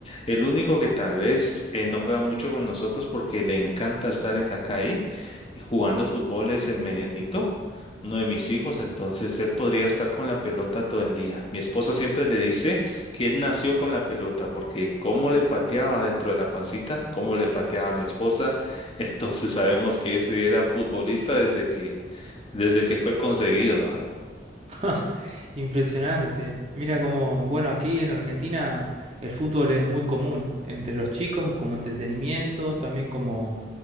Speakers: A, on the left; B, on the right.
A: El único que tal vez eh, no juega mucho con nosotros porque le encanta estar en la calle y jugando fútbol es el medianito, uno de mis hijos, entonces él podría estar con la pelota todo el día. Mi esposa siempre le dice que él nació con la pelota, porque cómo le pateaba dentro de la pancita, cómo le pateaba a mi esposa, <laughs> entonces sabemos que ese era futbolista desde que, desde que fue concebido, ¿ah?
B: <laughs> Impresionante. Mira como, bueno, aquí en Argentina el fútbol es muy común entre los chicos como entretenimiento, también como,